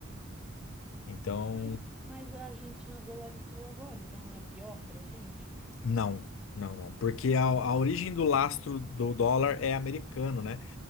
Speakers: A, on the left; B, in the centre.
A: Então.
B: Mas, mas a Argentina dolarizou agora, então não é pior para a gente?
A: Não, não, não. Porque a, a origem do lastro do dólar é americano, né?